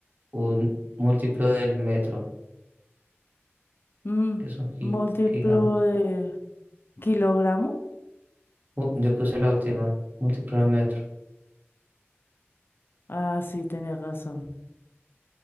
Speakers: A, on the right; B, on the left.
A: un múltiplo del metro,
B: Mm,
A: que es un gi-
B: múltiplo
A: gigámetro.
B: de kilogramo.
A: Uh, yo puse la última, múltiplo del metro.
B: Ah, sí, tenía razón.